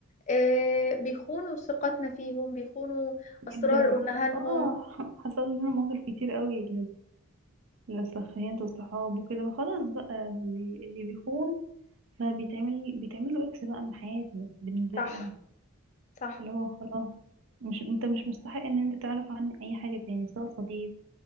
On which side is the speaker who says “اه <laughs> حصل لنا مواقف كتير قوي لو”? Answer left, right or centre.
Right